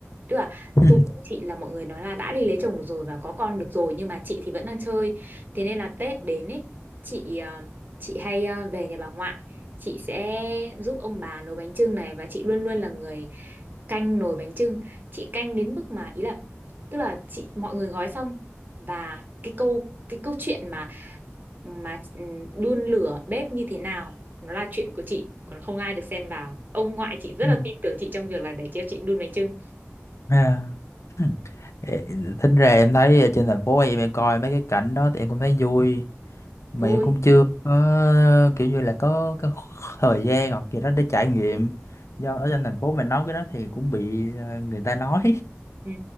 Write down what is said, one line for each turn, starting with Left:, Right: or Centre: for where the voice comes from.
Right: tức là
Left: <laughs>
Right: tuổi của chị là mọi người nói là đã đi lấy chồng được rồi và có con được rồi nhưng mà chị thì vẫn đang chơi thế nên là Tết đến ấy chị ờ, chị hay ờ, về nhà bà ngoại chị sẽ giúp ông bà nấu bánh chưng này và chị luôn luôn là người canh nồi bánh chưng chị canh đến mức mà ý là tức là chị mọi người gói xong và cái câu cái câu chuyện mà mà ừ, đun lửa bếp như thế nào nó là chuyện của chị còn không ai được xen vào ông ngoại chị rất
Left: Ừ.
Right: là tin tưởng chị trong việc là để cho chị đun bánh chưng
Left: À, ê, Tính ra em thấy ở trên thành phố em em coi mấy cái cảnh đó thì em cũng thấy vui mà
Right: vui
Left: em cũng chưa có kiểu như là có, cái thời gian hoặc gì đó để trải nghiệm do ở trên thành phố mình nói cái đó thì cũng bị ờ, người ta nói
Right: Ừ.